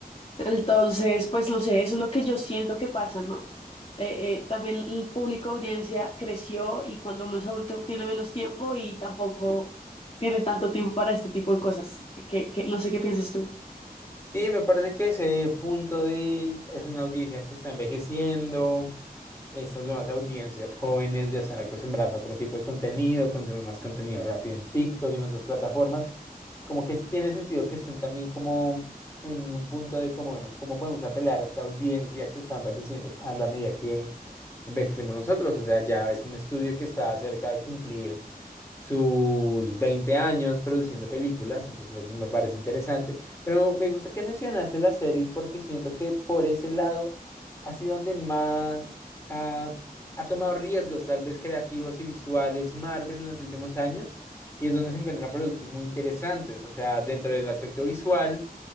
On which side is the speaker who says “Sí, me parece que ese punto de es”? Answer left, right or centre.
Left